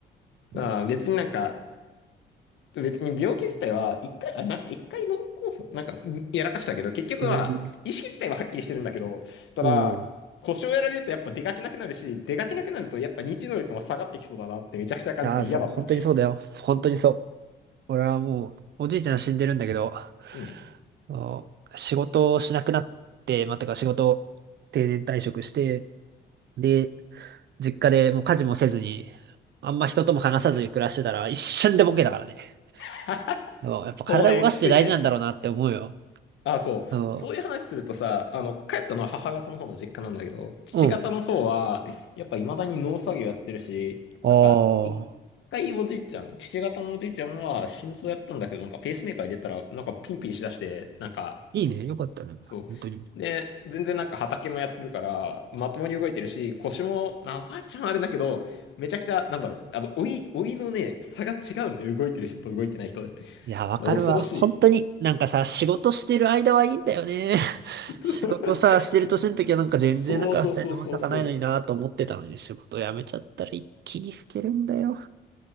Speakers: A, on the left (about 75°); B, on the right (about 60°).
A: まあ別になんか
B: な。
A: 別に病気自体は、一回、あ、なんか一回脳梗塞、なんかんやらかしたけど、結局は、
B: うん。
A: 意識自体ははっきりしてるんだけど、ただ、
B: うん。い
A: 腰をやられるとやっぱ出かけなくなるし、出かけなくなるとやっぱ認知能力も下がってきそうだなってめちゃくちゃ感じて嫌だった。
B: やー、そう、本当にそうだよ。本当にそう。俺はもう、おじいちゃん死んでるんだけど、あ
A: うん。
B: の仕事をしなくなって、まあ、てか仕事を定年退職して、で、実家でもう家事もせずに、あんま人とも話さずに暮らしてたら一瞬でボケだからね。
A: <laughs>
B: あのやっぱ体動かすって大事なんだろうなって思うよ。
A: そうね、きついね。あ、そう。
B: あの、
A: そういう話するとさ、あの、帰ったのは母方の方の実家なんだけど、父方の方は、
B: うん。
A: やっぱ未だに農作業やってるし、
B: ああ、
A: なんか、一回おじいちゃん、父方のおじいちゃんは心臓やったんだけど、なんかペースメーカー入れたら、なんかピンピンしだして、なんか、
B: いいね。よかったね。
A: そう。
B: 本当に。
A: で、全然なんか畑もやってるから、まともに動いてるし、腰も、まあ、おばあちゃんはあれだけど、めちゃくちゃ、なんだろう、あの、老い、老いのね、差が違うんで、動いてる人と動いてない人で。
B: いや、わかるわ。
A: 恐ろしい。
B: 本当に、なんかさ、仕事してる間はいいんだよね。<laughs>
A: <laughs>
B: 仕事さ、してる年の時はなんか全然なんか二人とも咲かないのになと思ってたのに、
A: そうそうそうそうそう。
B: 仕事辞めちゃったら一気に老けるんだよ。